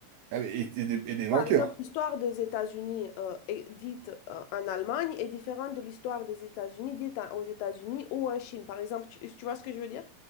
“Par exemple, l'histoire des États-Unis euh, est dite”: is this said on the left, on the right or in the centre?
Left